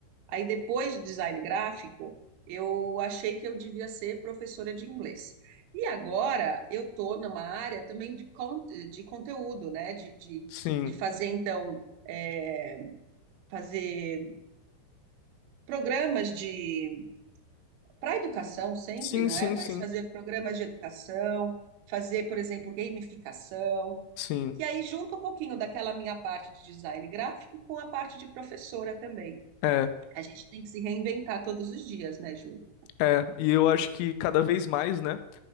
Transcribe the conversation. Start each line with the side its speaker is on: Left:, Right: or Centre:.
Right: Aí, depois do design gráfico, eu achei que eu devia ser professora de inglês. E agora eu estou numa área também de, con de conteúdo, né? De, de,
Left: Sim.
Right: de fazer, então, é, fazer programas de para a educação sempre,
Left: Sim,
Right: não
Left: sim,
Right: é? Mas
Left: sim.
Right: fazer programas de educação, fazer, por exemplo, gamificação,
Left: Sim,
Right: e aí junta um pouquinho daquela minha parte de design gráfico com a parte de professora também.
Left: é,
Right: A gente tem que se reinventar todos os dias, né, Júlio?
Left: é. E eu acho que cada vez mais, né,